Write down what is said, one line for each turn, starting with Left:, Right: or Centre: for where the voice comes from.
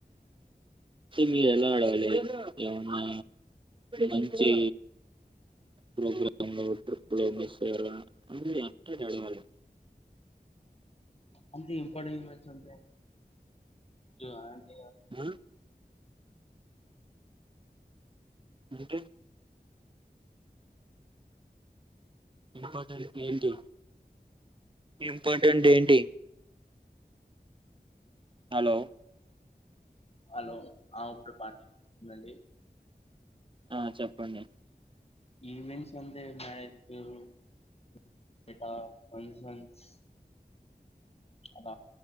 Right: మీరు ఎలా అడగాలి ఏమన్నా మంచి ప్రోగ్రామ్‌లో ట్రిప్‌లు మిస్ అయ్యారా అని అట్ట అడగాలి
Left: అంత ఇంపార్టెంట్ బట్టి ఉంటాయి ఉంత
Right: ఆ అంటే ఇంపార్టంట్ ఏంటి ఇంపార్టంట్ ఏంటి హలో
Left: హలో హా ఒకే బాగా వినిపిస్తుందా అండి
Right: ఆ చెప్పండి
Left: ఈవెంట్స్ వంద మ్యారేజ్ కు ఓఇర్రు ఆ వన్స్ వన్స్ అద